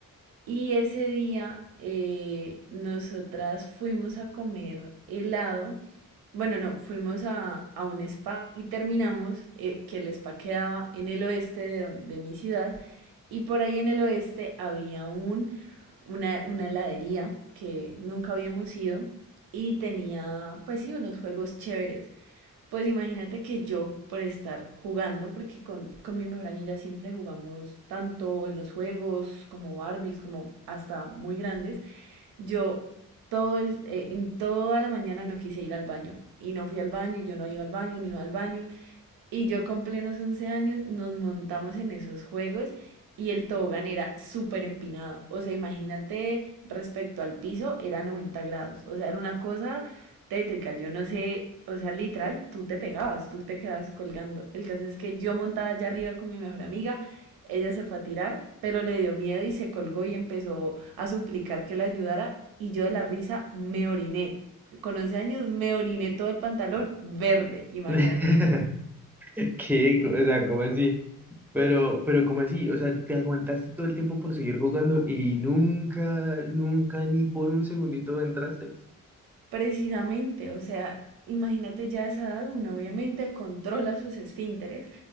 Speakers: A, on the right (about 85°); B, in the centre.
A: y ese día eh, nosotras fuimos a comer helado. Bueno, no, fuimos a, a un spa y terminamos, eh, que el spa quedaba en el oeste de, don- de mi ciudad. Y por ahí en el oeste había un, una, una heladería que nunca habíamos ido y tenía, pues sí, unos juegos chéveres. Pues imagínate que yo, por estar jugando, porque con, con mi mejor amiga siempre jugamos tanto en los juegos como Barbies, como hasta muy grandes, yo todo el, eh, en toda la mañana no quise ir al baño. Y no fui al baño, y yo no iba al baño, y no iba al baño. Y yo con plenos 11 años nos montamos en esos juegos y el tobogán era súper empinado. O sea, imagínate respecto al piso, era 90 grados. O sea, era una cosa tétrica. Yo no sé, o sea, literal, tú te pegabas, tú te quedabas colgando. El caso es que yo montada allá arriba con mi mejor amiga, ella se fue a tirar, pero le dio miedo y se colgó y empezó a suplicar que la ayudara. Y yo de la risa me oriné. Con 11 años me oriné todo el pantalón verde, imagínate.
B: <laughs> ¿Qué? O sea, ¿cómo así? Pero, pero ¿cómo así? O sea, te aguantaste todo el tiempo por seguir jugando y nunca, nunca ni por un segundito entraste.
A: Precisamente, o sea, imagínate ya a esa edad, uno obviamente controla sus esfínteres,